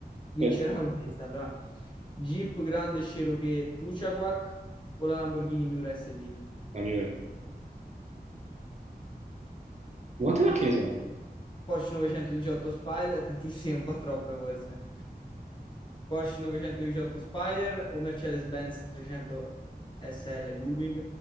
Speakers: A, on the left; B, on the right.
A: Vincerà
B: Questa,
A: questa, fra Jeep Grand Cherokee Tuchaquac o la Lamborghini Miura SB.
B: la migliore. Quante macchine sono?
A: Porsche 918 Spider, tantissime, un po' troppe forse. Porsche 918 Spider o Mercedes-Benz 300 SL Gullwing?